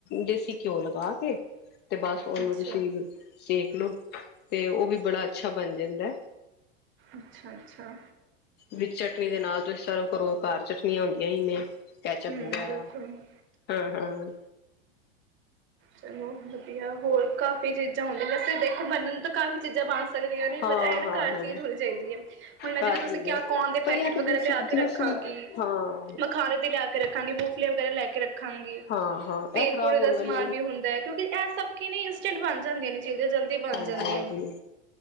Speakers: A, on the left (about 35°); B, on the right (about 35°).
A: ਦੇਸੀ ਘਿਓ ਲਗਾ <inaudible> ਤੇ ਬਸ ਉਹਰ
B: ਅੱਛਾ
A: ਤੁਸੀਂ ਤੇ <unintelligible> ਤੇ ਉਹ ਵੀ ਬੜਾ ਅੱਛਾ ਬਣ ਜਾਂਦਾ ਹੈ
B: ਅੱਛਾ ਅੱਛਾ
A: ਵਿੱਚ ਚਟਨੀ ਦੇ ਨਾਲ ਤੁਸੀਂ ਸਰਵ ਕਰੋ ਘਰ ਚਟਨੀਆਂ ਹੁੰਂਦੀਆਂ ਹੀ ਨੇ ਕੈਚਪ
B: ਹੂੰ
A: ਵਗੈਰਾ
B: ਬਿਲਕੁਲ।
A: ਹੂਮ ਹੂਮ
B: ਚਲੋ ਵਧੀਆ ਹੋਰ ਕਾ ਚੀਜ਼ਾਂ ਹੁੰਦੀਆਂ ਵੈਸ ਦੇਖੋ ਮੰਨਣ ਨੂੰ ਤਾਂ ਕਾਫ਼ੀ ਚੀਜ਼ਾਂ ਬਣ ਸਕਦੀਆਂ ਨੇ
A: ਹਾਂ
B: ਪਰ ਇਹ ਨਾ
A: ਹਾਂ
B: ਘਰ ਚੀਜ਼
A: ਹਾਂ
B: ਹੋਣੀ ਚਾਹੀਦੀ ਹੈ ਹੁਣ ਮੈਂ
A: ਘਰ
B: ਜਿਵੇ ਤੁਸੀਂ
A: ਹੀ
B: ਕਿਆ
A: ਨੇ
B: ਕੋਨ ਦੇ
A: ਪਰ
B: ਪੈਕਟ
A: ਇਹ ਤਾਂ
B: ਵਗੈਰਾ
A: ਬੇਸਿਕ
B: ਲਿਆ ਕੇ
A: ਜਿਵੇਂ
B: ਰੱਖਾਂਗੀ
A: ਹਾਂ
B: ਮਖਾਨਣੇ ਤੇ ਲਿਆ ਕੇ ਰੱਖਾਂਗੀ ਮੂਫਲੀਆਂ ਵਗੈਰਾ ਲੈ ਕੇ ਰੱਖਾਂਗੀ।
A: ਹਾਂ ਹਾਂ
B: ਭੇਲ
A: ਇਹ ਖ਼ਰਾਬ
B: ਪੂੜੇ ਦਾ
A: ਹੋਣ
B: ਸਮਾਨ
A: ਵਾਲੀ
B: ਹੁੰਦਾ ਕਿਉਕਿ ਇਹ ਇਟਟ ਬਣ ਜਾਂ ਨੇ ਚੀਜ਼ਾਂ ਜਲਦੀ ਬਣ
A: ਹਾਂਜੀ
B: ਜਾਂਦੀਆਂ
A: ਹਾਂਜੀ
B: ਨੇ